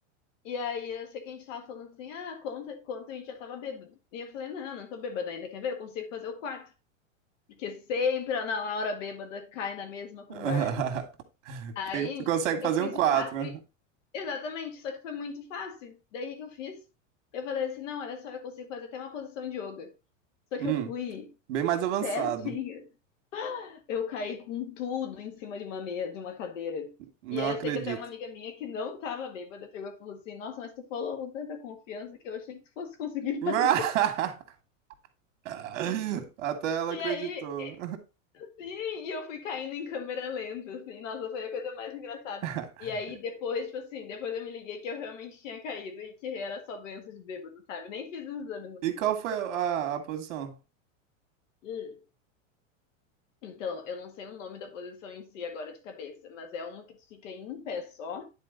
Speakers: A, on the left; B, on the right.
A: E aí eu sei que a gente tava falando assim, ah, conta, conta, a gente já tava bêbado. E eu falei, não, não, não tô bêbada ainda, quer ver? Eu consigo fazer o quarto. Porque sempre a Ana Laura bêbada cai na mesma conversa.
B: <laughs>
A: Aí
B: Que- Tu consegue fazer
A: eu fiz
B: um quatro?
A: o quatro, e- exatamente, só que foi muito fácil. Daí o que que eu fiz? Eu falei assim, não, olha só, eu consigo fazer até uma posição de yoga. Só
B: Hum.
A: que eu fui
B: Bem mais
A: <laughs>
B: avançado.
A: certinha Eu caí com tudo em cima de uma meia, de uma cadeira.
B: Não
A: E aí
B: acredito.
A: eu sei que até uma amiga minha que não tava bêbada pegou e falou assim: Nossa, mas tu falou com tanta confiança que eu achei que tu fosse conseguir
B: <laughs>
A: fazer. <laughs>
B: <laughs> Até ela
A: E
B: acreditou.
A: aí, sim, e eu fui caindo em câmera lenta, assim. Nossa, foi a coisa mais engraçada.
B: <laughs>
A: E aí depois, tipo assim, depois eu me liguei que eu realmente tinha caído e que era só doença de bêbado, sabe? Nem fiz o exame no
B: E
A: fim.
B: qual foi a, a posição?
A: Hum. Então, eu não sei o nome da posição em si agora de cabeça, mas é uma que tu fica em um pé só